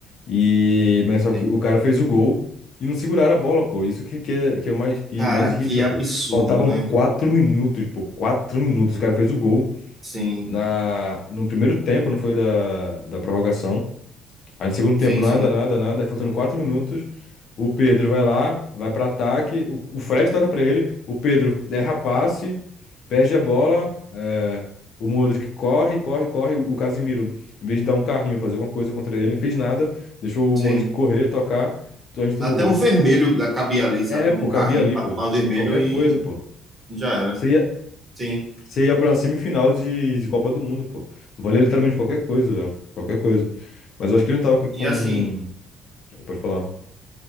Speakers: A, on the left; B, on the right.
A: E... Mas só
B: Sim.
A: que o cara fez o gol e não seguraram a bola, pô. Isso que, que, é, que é o mais, que
B: Cara,
A: mais
B: que
A: irrita, pô.
B: absurdo,
A: Faltavam
B: né?
A: quatro minutos, pô. Quatro minutos. O cara fez o gol
B: Sim,
A: na... no primeiro tempo, não foi da, da prorrogação. Aí no segundo tempo,
B: sim,
A: nada,
B: sim,
A: nada, nada. Aí faltando quatro minutos, o Pedro vai lá, vai pra ataque. O, o Fred toca pra ele. O Pedro erra passe, perde a bola. é, o Modric corre, corre, corre. O Casimiro, em vez de dar um carrinho, fazer alguma coisa contra ele, não fez nada. Deixou o
B: sim.
A: Modric correr, tocar. Então a gente tomou
B: Até
A: gol.
B: um vermelho cabia ali, sabe?
A: É, pô,
B: Um
A: cabia
B: carrinho
A: ali,
B: para
A: pô.
B: tomar vermelho
A: Qualquer
B: e
A: coisa, pô.
B: já era.
A: Você ia,
B: Sim.
A: você ia pra uma semifinal de, de Copa do Mundo, pô. Valia literalmente qualquer coisa, velho. Qualquer coisa. Mas eu acho que ele não tava com.
B: E assim,
A: Pode falar.